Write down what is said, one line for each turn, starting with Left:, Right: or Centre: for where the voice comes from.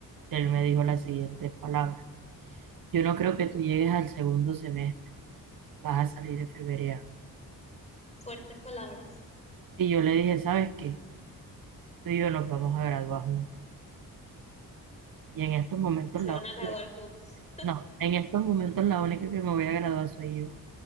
Right: él me dijo las siguientes palabras. yo no creo que tú llegues al segundo semestre, vas a salir en febrero.
Left: Fuertes palabras,
Right: Y yo le dije, ¿sabes qué? Tú y yo nos vamos a graduar juntos. Y en estos momentos
Left: se
Right: la
Left: van a
Right: única,
Left: graduar juntos.
Right: no, en estos momentos la única que me voy a graduar soy yo.